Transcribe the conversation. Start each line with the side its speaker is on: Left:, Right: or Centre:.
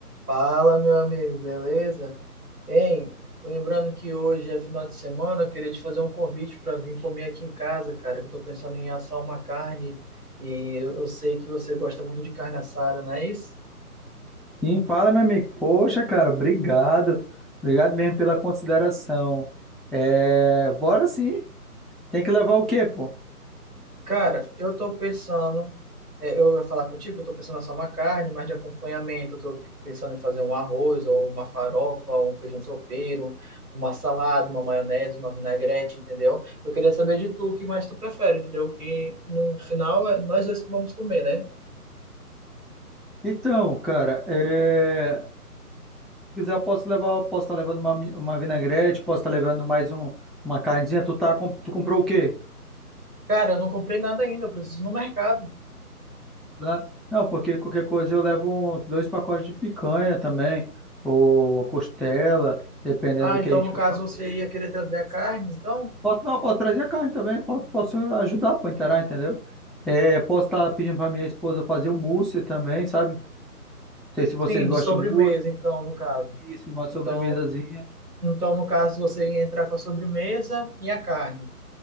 Right: Fala, meu amigo, beleza? Hein, lembrando que hoje é final de semana, eu queria te fazer um convite para vir comer aqui em casa, cara, que eu tô pensando em assar uma carne e eu, eu sei que você gosta muito de carne assada, não é isso?
Centre: Sim, fala, meu amigo. Poxa, cara, obrigado. Obrigado mesmo pela consideração. É, bora sim. Tem que levar o quê, pô?
Right: Cara, eu tô pensando É, eu ia falar contigo que eu estou pensando em assar uma carne, mas de acompanhamento eu estou pensando em fazer um arroz, ou uma farofa, ou um feijão tropeiro, uma salada, uma maionese, uma vinagrete, entendeu? Eu queria saber de tu o que mais tu prefere, entendeu? Que no final é nós dois que vamos comer, né?
Centre: Então, cara, é, se quiser, eu posso levar, posso estar levando uma, mi- uma vinagrete, posso estar levando mais um, uma carnezinha. Tu, tá, com- tu comprou o quê?
Right: Cara, eu não comprei nada ainda, eu preciso ir no mercado.
Centre: Na- Não, porque qualquer coisa eu levo um- dois pacotes de picanha também, ou costela, dependendo
Right: Ah,
Centre: do
Right: então
Centre: que a gente
Right: no
Centre: for
Right: caso
Centre: fazer.
Right: você ia querer trazer a carne, então?
Centre: Posso, não, posso trazer a carne também, posso, posso ajudar para inteirar, entendeu? É, posso estar pedindo para minha esposa fazer um mousse também, sabe? Não sei se vocês
Right: Sim,
Centre: gostam
Right: de sobremesa,
Centre: de mousse,
Right: então, no caso.
Centre: isso, uma sobremesazinha.
Right: Então, então no caso você ia entrar com a sobremesa e a carne.